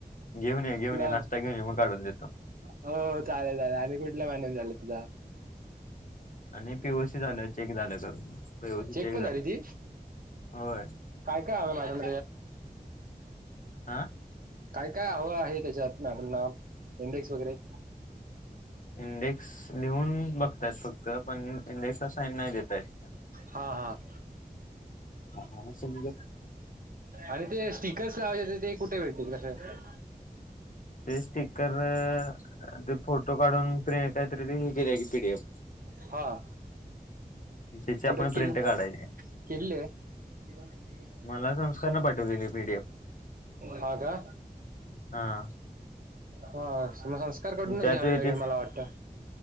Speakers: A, on the left (about 55°); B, on the right (about 60°).
A: घेऊन ये, घेऊन
B: तुला
A: ये, नाश्ता घेऊन ये मग काढून देतो.
B: हो चालेल-चालेल आणि कुठल भांडन झालं तुझा?
A: आणि पीओसी झालं चेक झालं करून. पीओसी
B: चेक पण
A: झालं
B: झाली ती
A: होय
B: काय काय हव मॅडम
A: आं
B: काय काय हव आहे? त्याच्यात मॅडमना इंडेक्स वगैरे?
A: इंडेक्स लिहून बघतायत फक्त, पण इंडेक्सला साईन नाही देताहेत.
B: हा. हा.
A: आम्हाला समजत
B: आणि ते स्टि कर्सलावायचे होते ते कुठे भेटतील? कसं?
A: ते स्टिकर ते फोटो काढून प्रिं काहीतरी हे केले की पीडीएफ
B: <inaudible> हा.
A: <inaudible> त्याची
B: <unintelligible>
A: आपण प्रिंट काढायची मला संस्कारनं पाठवलेली पीडीएफ
B: हा का
A: हा
B: हा मग संस्कार कडूनच
A: त्याच
B: घ्यावे
A: येतीस
B: लागेल मला वाटतं.